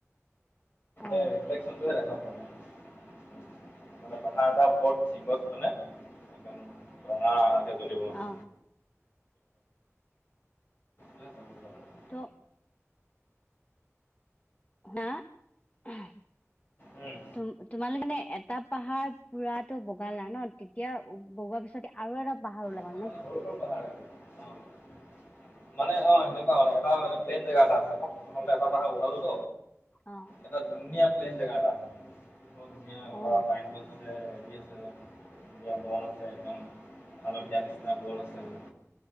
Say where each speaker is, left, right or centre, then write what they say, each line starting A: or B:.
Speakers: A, on the left; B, on the left.
A: অ অ
B: এ ৰিফ্লেকচনটোহে দেখা পাই মানে। মানে পাহাৰ এটাৰ উপৰত যিগত মানে একদম ৰঙা ৰঙাকে জ্বলিব মানে
A: অ
B: <unintelligible>
A: ত হা, আহ
B: উম।
A: তুম তোমালোকে মানে এটা পাহাৰ পুৰাটো বগালা ন তেতিয়া বগোৱাৰ পিছতে আৰু এটা পাহাৰ ওলাবা
B: এটা সৰু সৰু পাহাৰ <unintelligible> মানে অ সেনেকুৱাই মানে এটা মানে প্লেন জেগা এটা আছে আকৌ প্ৰথম এটা পাহাৰ বগালো ত
A: অ।
B: এটা ধুনীয়া প্লেন জেগা এটা আছে, বৰ ধুনীয়া <unintelligible>
A: অ
B: হেৰী আছে। কিবা বন আছে একদম হালধীয়া নিচিনা বন আছে মানে।